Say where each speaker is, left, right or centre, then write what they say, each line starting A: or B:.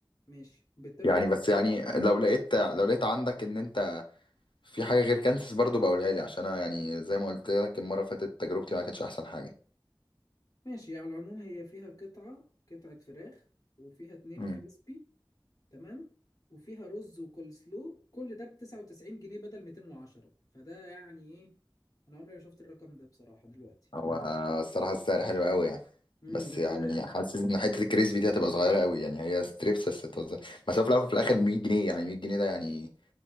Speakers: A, on the left; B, on the left.
A: ماشي بتاخد
B: يعني بس يعني لو لقيت لو لقيت عندك ان انت في حاجة غير كانسس برضو بقولها لي عشان أنا يعني زي ما قلت لك المرة اللي فاتت تجربتي ما كانتش أحسن حاجة
A: ماشي على العموم هي فيها قطعة قطعة فراخ وفيها اتنين
B: امم
A: كريسبي تمام وفيها رز وكول سلو كل ده ب 99 جنيه بدل 210 فده يعني ايه انا عمري ما شفت الرقم ده بصراحة دلوقتي
B: هو آه، الصراحة السعر حلو قوي يعني
A: امم
B: بس
A: بس
B: يعني <laughs> حاسس إن حتة الكريسبي دي هتبقى صغيرة قوي يعني هي ستريبس بس هتوزع بس هو في الأول وفي الآخر 100 جنيه يعني 100 جنيه ده يعني